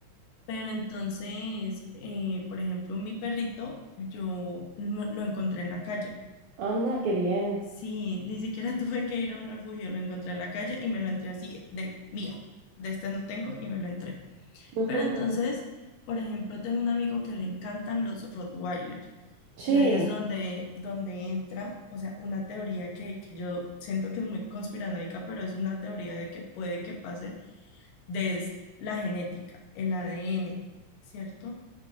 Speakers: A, on the left; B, on the right.
A: pero entonces, eh, por ejemplo, mi perrito, yo lo lo encontré en la calle.
B: Anda, qué bien.
A: Sí, ni siquiera <laughs> tuve que ir a un refugio, lo encontré en la calle y me lo entré así de mío, de este no tengo y me lo entré.
B: <laughs> Ujú,
A: Pero entonces,
B: ujú.
A: por ejemplo, tengo un amigo que le encantan los Rottweilers y
B: Sí.
A: ahí es donde, donde entra, o sea, una teoría que, que yo siento que es muy conspiranoica, pero es una teoría de que puede que pase desde la genética, el ADN, ¿cierto?